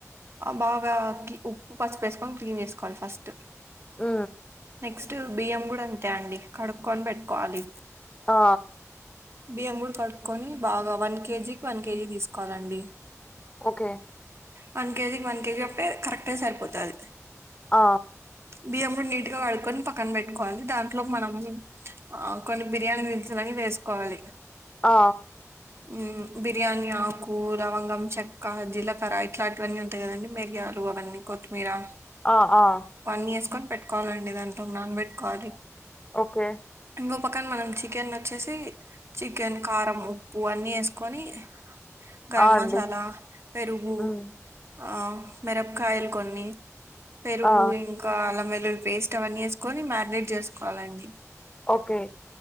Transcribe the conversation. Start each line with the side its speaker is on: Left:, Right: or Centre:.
Right: బాగా కి ఉప్పు పసుపేసుకొని క్లీన్ చేసుకోవాలి ఫస్ట్
Left: మ్
Right: నెక్స్ట్ బియ్యం కుడా అంతే అండి కడుక్కొని బెట్టుకోవాలి
Left: ఆ
Right: బియ్యం కూడ కడుక్కొనీ బాగా వన్ కేజీక్ వన్ కేజీ తీసుకోవాలండి.
Left: ఓకే
Right: వన్ కేజీకి వన్ కేజీ అప్పుడే కరెక్ట్ గ సరిపోతది అది
Left: ఆ
Right: బియ్యం కూడా నీట్ గా కడుక్కొని పక్కన పెట్టుకోవాలి దాంట్లో మనము ఆ కొన్ని బిర్యానీ దినుసులని. వేసుకోవాలి
Left: ఆ
Right: ఊ బిర్యానీ ఆకూ, లవంగం, చెక్కా జీలకరా, ఇట్లాంటివన్నీ ఉంటాయి కదండి మిర్యా లు అవన్ని కొత్తిమీరా
Left: ఆ ఆ
Right: న్ని ఏసుకొన్ పెట్టుకోవాలండి దాంట్లో నాన్ పెట్టుకోవాలి.
Left: ఓకే
Right: ఇంగో పక్కన్ మనం చికెన్ ఒచ్చేసీ. చికెన్, కారం, ఉప్పూ అన్నీ ఏసుకొనీ. గరం
Left: ఆ అండి
Right: మసాలా, పెరుగూ
Left: ఉమ్
Right: ఆ మిరప్కాయలు కొన్నీ, పెరుగూ
Left: ఆ
Right: ఇంక్ ఆ అల్లం వెల్లుల్లి పేస్ట్ అవన్నీ ఏసుకొని మారినేట్ చేసుకోవాలండి.
Left: ఓకే